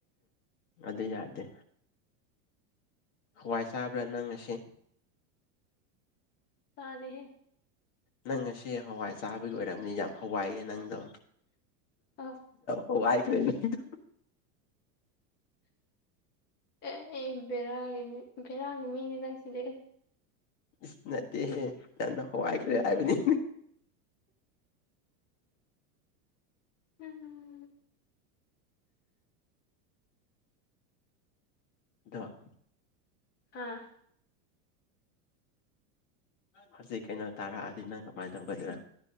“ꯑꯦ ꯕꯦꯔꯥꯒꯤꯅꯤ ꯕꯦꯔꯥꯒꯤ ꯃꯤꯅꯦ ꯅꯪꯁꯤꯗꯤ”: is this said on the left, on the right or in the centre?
Left